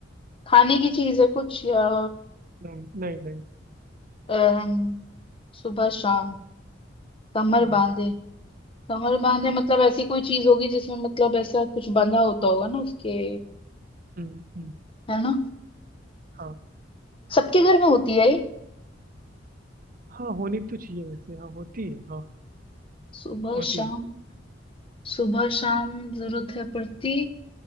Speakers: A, on the left; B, on the right.
A: खाने की चीज है कुछ या
B: नहीं नहीं नहीं
A: अम, सुबह शाम कमर
B: हम्म
A: बांधे कमर बांधे मतलब ऐसी कोई चीज होगी जिसमें मतलब ऐसा कुछ बंधा होता होगा ना उसके
B: हम्म हम्म,
A: है ना
B: हाँ
A: सबके घर में होती है ये
B: हाँ होनी तो चाहिए वैसे हाँ होती है हाँ
A: सुबह
B: होती
A: शाम
B: है
A: सुबह शाम जरूरत है पड़ती